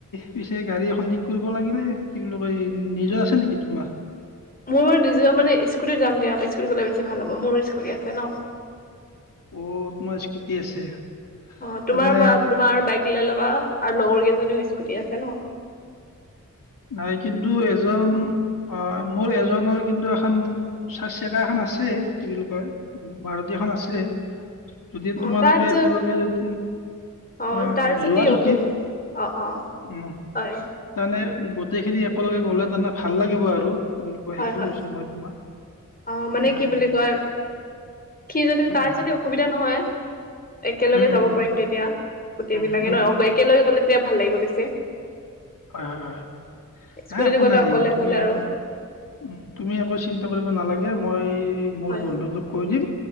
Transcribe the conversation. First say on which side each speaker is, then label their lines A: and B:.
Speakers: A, on the left (about 85°); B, on the left (about 30°).
A: পিছে গাড়ী এখন ঠিক কৰিব লাগিলে কি কয় নিজৰ আছে নেকি তোমাৰ?
B: মোৰ নিজৰ মানে স্কুটি যাম দিয়া স্কুটিত গ'লে বেছি ভাল হ'ব মোৰ স্কুটি আছে নহ
A: অহ তোমাৰ স্কুটি আছে।
B: অহ
A: তেনে
B: তোমাৰ বা তোমাৰ বাইক লৈ ল'বা আৰু লগৰ কেইজনীও স্কুটি আছে নহ
A: নাই কিন্তু এজন অহ মোৰ এজনৰ কিন্তু কিন্তু, এখন চাৰ চাকা এখন আছে কি বুলি কয় মাৰুতী এখন আছে। যদি
B: অ
A: তোমালোকে
B: তাত
A: একেলগে যদি
B: অ
A: এহ
B: তাৰ
A: যোৱা যদি
B: অসুবি অ অ
A: উম
B: হয়
A: তাৰমানে গোটেইখিনি একেলগে গ'লে তাৰ মানে ভাল লাগিব আৰু কি বুলি কয়
B: হয়
A: সেইটো
B: হয়
A: কৈছো মই তোমাক
B: অহ মানে
A: নাই
B: কি বুলি কয় সি যদি
A: উম,
B: তাৰ
A: উম,
B: যদি অসুবিধা নহয় একেলগে
A: উম,
B: যাব
A: উম,
B: পাৰিম তেতিয়া গোটেই
A: উম,
B: বিলাকে
A: উম, উম,
B: নহ
A: উম,
B: একেলগে গ'লে তেতিয়া ভাল লাগিব বেছি
A: হয়, হয়, হয়,
B: স্কুটিত
A: নাই একো
B: গ'লে
A: নাই
B: অকলে
A: তুমি
B: অকলে আৰু
A: উম তুমি একো চিন্তা কৰিব নালাগে মই মোৰ
B: হয়
A: বন্ধু ত কৈ দিম